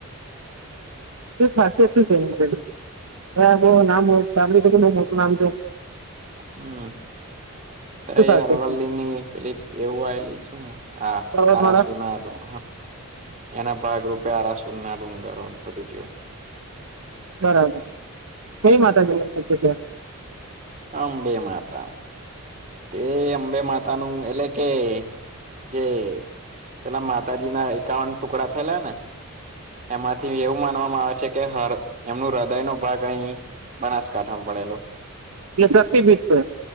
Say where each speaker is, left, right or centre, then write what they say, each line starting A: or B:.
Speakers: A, on the right; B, on the right.
A: શું સાચુ છે <unintelligible> નામ સાંભળ કે મોટું નામ છે.
B: હમ. ત
A: શું
B: એ
A: ખાસિયત
B: અરવાલ્લી
A: છે
B: ની પેલી એવું આયલી છે ને હા
A: પર્વતમાળા
B: આરા સોના હતું એના ભાગરૂપે આ રાષ્ટ્ર સુલના ડુંગાર બધું જવાય
A: બરાબર કઈ માતાજી છે ત્યાં
B: અ બે માતા તે અંબે માતા નું એટલે કે જે પેલા માતાજી ના એકાવન ટુકડા થયેલા ને એમાંથી એવું માનવામાં આવે છે કે એમનું હૃદય નો ભાગ અહી બનાસકાંઠામાં પડેલો
A: એટલે શક્તિપીઠ છે